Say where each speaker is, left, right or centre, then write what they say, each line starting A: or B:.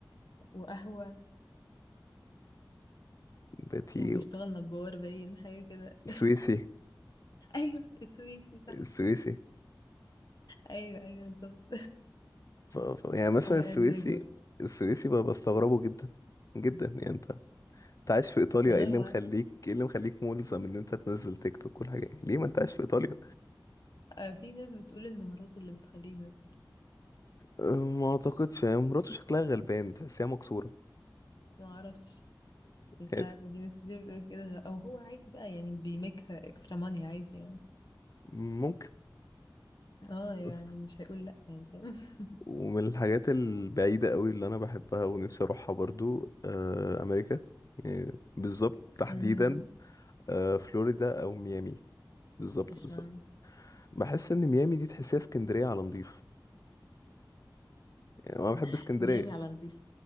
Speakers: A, on the left; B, on the left.
A: وقهوة
B: باتيو
A: وبيشتغل نجار باين حاجة كده
B: السويسي
A: <laughs> أيوة السويسي صح
B: السويسي
A: أيوه أيوه بالظبط
B: ف... ف... يعني
A: <laughs>
B: مثلا
A: هو قاعد
B: السويسي
A: يكبر
B: السويسي بقى بستغربه جدا جدا يعني انت انت عايش في ايطاليا
A: والله
B: ايه اللي
A: هو
B: مخليك ايه اللي مخليك ملزم ان انت تنزل تيك توك كل حاجه ليه ما انت عايش في ايطاليا
A: آه، في ناس بتقول إن مراته اللي بتخليه ناس
B: أه، ما اعتقدش يعني مراته شكلها غلبان تحسيها مكسوره
A: ما أعرفش مش
B: يعني
A: عارفة في ناس كتير بتقول كده أو هو عادي بقى يعني بيميك اكسترا ماني عادي يعني
B: ممكن
A: اه يعني
B: بس
A: مش هيقول لأ يعني فاهم <laughs>
B: ومن الحاجات البعيدة قوي اللي أنا بحبها ونفسي أروحها برضو آه، أمريكا يعني بالظبط تحديدا
A: أمم،
B: آه، فلوريدا او ميامي بالظبط
A: إيش
B: بالظبط
A: معنى
B: بحس ان ميامي دي تحسها اسكندريه على نضيف يعني انا بحب
A: <laughs>
B: اسكندريه
A: ميامي على نضيف